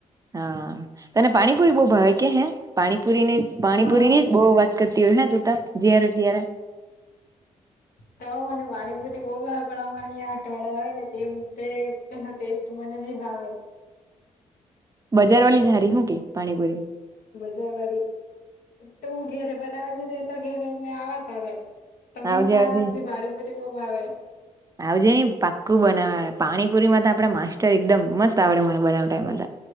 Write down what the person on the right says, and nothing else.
હા તને પાણીપુરી બો ભાવે કે હે પાણી પુરી ની પાણીપુરી
ની જ બહુ વાત કરતી હોય ને તુંતા જ્યારે જ્યારે
બજાર વાળી જ ર હું કે પાણીપુરી
આવજે
આવજે
આવજે પાક્કું બનાવ પાણીપુરીમાં તો આપડે માસ્ટર એકદમ મસ્ત આવડે મને બનાવવા ટાઈમમાં